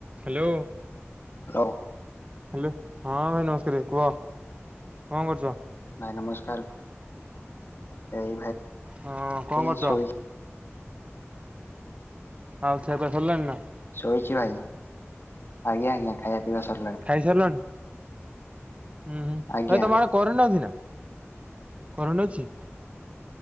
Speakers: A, on the right; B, on the left.
A: Hello
B: hello
A: hello. ହଁ ଭାଇ ନମସ୍କାରେ କୁହ କଣ କରୁଚ?
B: ଭାଇ ନମସ୍କାର। ଏଇ
A: ହଁ
B: ଭାଇ
A: କଣ କରୁଚ?
B: ଶୋଇ
A: ଆଉ ଖିଆପିଆ ସାରିଲାଣି ନା?
B: ଶୋଇଛି ଭାଇ। ଆଜ୍ଞା ଆଜ୍ଞା ଖାଇବା ପିଇବା ସାରିଲାଣି।
A: ଖାଇସାରିଲଣି? ହୁଁ ହୁଁ
B: ଆଜ୍ଞା
A: ଭାଇ ତମ ଆ କରେଣ୍ଟ୍ ଅଛି ନାଁ? କରେଣ୍ଟ୍ ଅଛି?